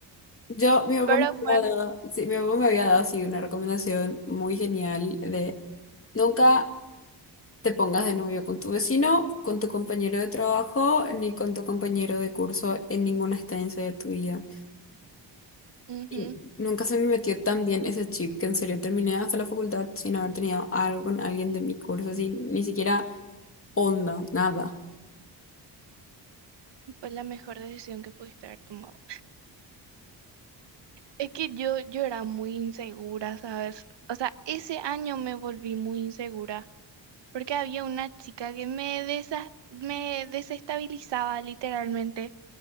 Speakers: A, on the left; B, on the right.
A: Yo, mi papá
B: Pero
A: me
B: fue,
A: había dado, sí, mi papá me había dado, sí, una recomendación muy genial de nunca... te pongas de novio con tu vecino, con tu compañero de trabajo, ni con tu compañero de curso en ninguna estancia de tu vida.
B: ujú,
A: Y nunca se me metió tan bien ese chip que en serio terminé hasta la facultad sin haber tenido algo con alguien de mi curso, así, ni siquiera onda, nada.
B: fue la mejor decisión que pudiste haber tomado. Es que yo, yo era muy insegura, ¿sabes? O sea, ese año me volví muy insegura porque había una chica que me desa- me desestabilizaba literalmente.